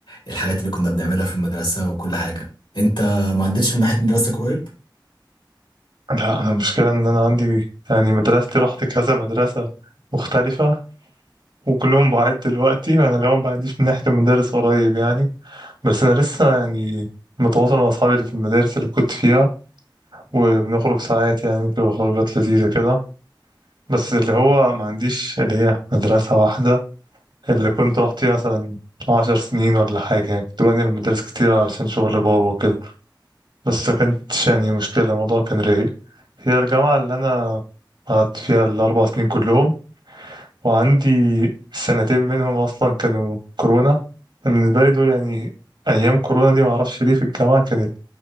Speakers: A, on the left; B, on the right.
A: الحاجات اللي كنا بنعملها في المدرسه وكل حاجه انت ما عدتش من ناحيه مدرستك قريب
B: لا انا المشكله ان انا عندي يعني مدرستي رحت كذا مدرسه مختلفه وكلهم بعيد دلوقتي وانا لهم بعيدش من ناحيه المدارس قريب يعني بس انا لسه يعني متواصل مع اصحابي اللي في المدارس اللي كنت فيها وبنخرج ساعات يعني بتبقى خروجات لذيذه كده بس اللي هو ما عنديش اللي هي مدرسه واحده اللي كنت رحت فيها مثلا عشر سنين ولا حاجه يعني كنت بنقل المدارس كتير علشان شغل بابا وكده بس ما كانتش يعني مشكله الموضوع كان رايق هي الجامعه اللي انا قعدت فيها الاربع سنين كلهم وعندي سنتين منهم أصلا كانوا كورونا بالنسبة لي دول يعني أيام كورونا دي معرفش ليه في الجامعة كانت